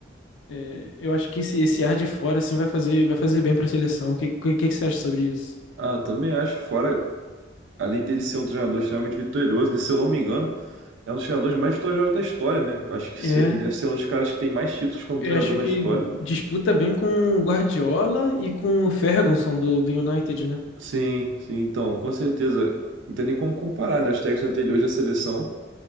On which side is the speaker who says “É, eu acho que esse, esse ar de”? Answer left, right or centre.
Left